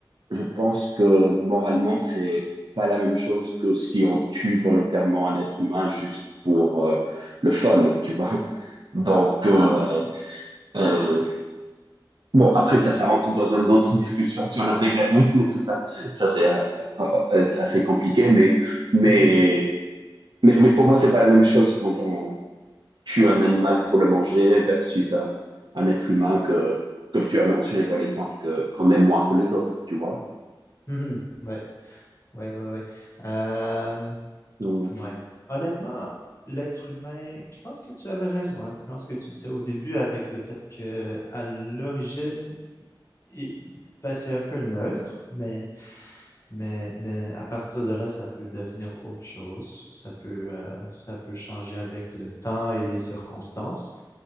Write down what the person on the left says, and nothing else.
Mhm.
Mhm. Ouais. Ouais, ouais, ouais. Euh,
ouais. Honnêtement, l'être humain, je pense que tu avais raison un peu dans ce que tu disais au début avec le fait que à l'origine, il- ben, c'est un peu neutre, mais, mais, mais à partir de là, ça peut devenir autre chose. Ça peut, euh, ça peut changer avec le temps et les circonstances.